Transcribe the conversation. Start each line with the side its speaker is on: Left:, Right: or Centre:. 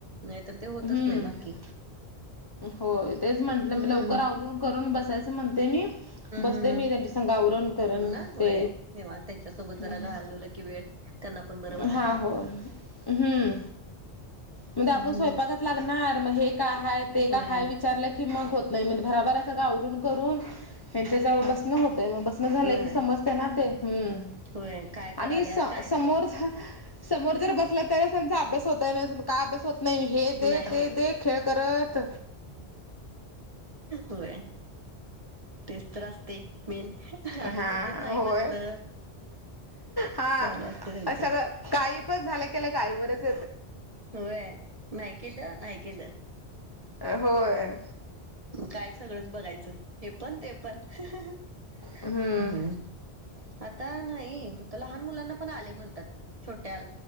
Right: नाहीतर ते होतंच
Left: हम्म
Right: नाही बाकी
Left: होय तेच म्हंटलं
Right: हुं.
Left: मी लवकर आवरून करून बसायचं म्हणते नी. बसते
Right: हम्म हम्म
Left: मी त्यांच्यासंग आवरून कारण
Right: ना होय
Left: ते
Right: निवांत त्यांच्यासोबत
Left: हुं
Right: जरा घालवलं की वेळ त्यांना पण बरं वाटते
Left: हा होय हम्म म्हणदे आपुस
Right: हम्म
Left: स्वयंपाकात लागणार मग हे काय हाय ते
Right: होय
Left: काय विचारलं की मग होत नाही म्हणे भरा <unintelligible> सगळं आवरून करून ह्यांच्या जवळ बसणं होतंय मग बसणं झालं
Right: नाही
Left: की समजतंय ना ते. हुं
Right: होय काय कराल्यात
Left: आणि स-समोर
Right: काय नाही
Left: समोर जर बसल्या तरच त्यांचा अभ्यास होताय ना अजून काय अभ्यास होत नाही नाही हे दे
Right: नाही
Left: ते
Right: होत
Left: दे खेळ करत
Right: होय. तेच तर असतंय मेन आणि
Left: हा
Right: म्हणत्यात नाही
Left: होय
Right: बसलं.
Left: हा
Right: चालू असते त्यांचं
Left: अ सगळं काही पण झालं केलं की आईवरच
Right: होय नाही केलं नाही केलं
Left: होय.
Right: काय सगळंच बघायचं. हे पण ते पण <unintelligible>
Left: हम्म
Right: आता नाही. लहान मुलांना पण आले म्हणतात, छोट्या